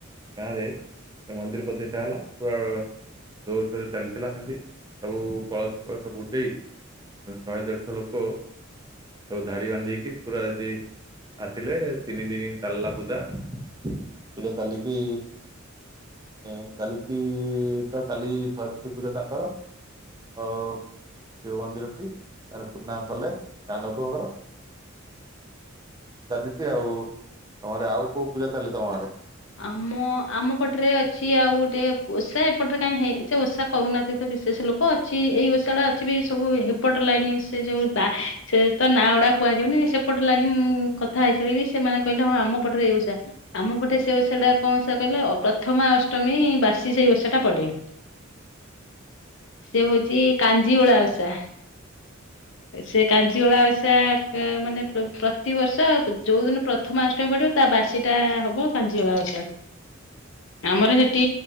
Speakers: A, on the right (about 20°); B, on the left (about 65°).
A: ଗାଁ ରେ ଗୋଟେ ମନ୍ଦିର ପ୍ରତିଷ୍ଠା ହେଲା ପୁରା ଜୋରସୋରରେ ଚାଲିଥିଲା ସେମିତି ସବୁ କଳସ ଫଳସସବୁ ବୁଡେଇ ଶହେ ଦେଢଶହ ଲୋକ ସବୁ ଧାଡି ବାନ୍ଧିକି ପୁରା ଯଦି ଆସିଲେ ତିନି ଦିନ ଚାଲିଲା ପୂଜା ପୂଜା ଚାଲିକି ଏ ଚାଲିଚି ତ କାଲି ସରିଚି ପୂଜା ତାଙ୍କର। ହଉ। ଶିବ ମନ୍ଦିରଟି ତା ପୂର୍ଣ୍ଣା କଲେ ଗାଁ ଲୋକଙ୍କର ଚାଲିଚି ଆଉ ଆମର କୋଉ ପୂଜା ଚାଲେ ତମ ଆଡେ?
B: ଆମ ଆମ ପଟରେ ଅଛି ଆଉ ଗୋଟେ ଓଷା ଏପଟରେ କାଇହିଁ ହେଇ ସେ ଓଷା କରୁନାହାନ୍ତି ତ କି ସେ ସେ ଲୋକ ଅଛି ଏଇ ଓଷା ଟା ଅଛି ବି ସବୁ ହେପଟ ଲାଇନି ସେ ଯୋଉ ନା ସେ ତ ନା ଗୁଡା କୁହାଯିବନି ସେପଟ ଲାଇନି ମୁଁ କଥା ହେଇଥିବ କି ସେମାନେ କହିଲେ ହଁ ଆମ ପଟରେ ଏଇ ଓଷା ଆମ ପଟେ ସେ ଓଷାଟା କଣ ସା କହିଲେ ପ୍ରଥମା ଅଷ୍ଟମୀ ବାସି ସେଇ ଓଷାଟା ପଡେ । ସେ ହଉଚି କାଞ୍ଜିଓଳା ଓଷା। ସେ କାଞ୍ଜିଓଳା ଓଷା କା ଆ ମାନେ ପ୍ରତିବର୍ଷ ଯୋଉ ଦିନ ପ୍ରଥମ ଅଷ୍ଟମୀ ପଡିବ ତା ବାସିଟା ହବ କାଞ୍ଜିଓଳା ଓଷା। ଆମର ସେଠି